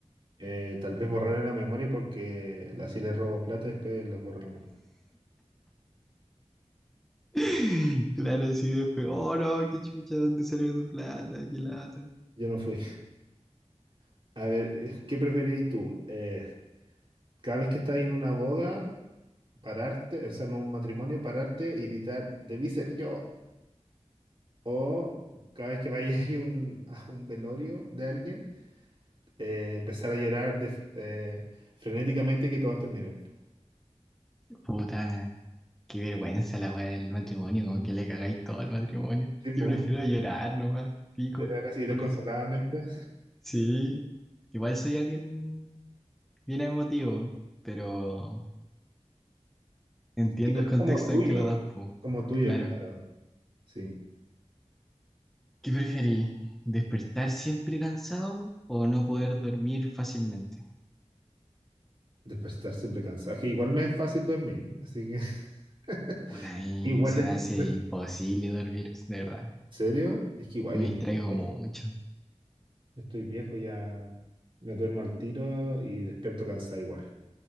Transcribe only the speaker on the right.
Eh, tal vez borrarle la memoria porque así le robo plata y después les borro la memoria.
Yo no fui. <laughs> A ver, eh, ¿qué preferís tú? Eh, cada vez que estás en una boda, pararte, o sea, en un matrimonio, pararte y gritar, debí ser yo. O cada vez que vayas a <laughs> un, a un velorio de alguien, eh, empezar a llorar de- eh, frenéticamente y que todos te miren.
Sí, po.
De rara, sí, desconsoladamente.
Sí, pero
es como tuyo.
Como tuyo,
claro. Sí.
Después de estar siempre cansado. Que igual me es fácil dormir, ¿no? así que. <laughs>
Igual
de.
¿En
serio? Es que igual
yo estoy
viejo.
Yo estoy viejo, ya me duermo al tiro y despierto cansado igual.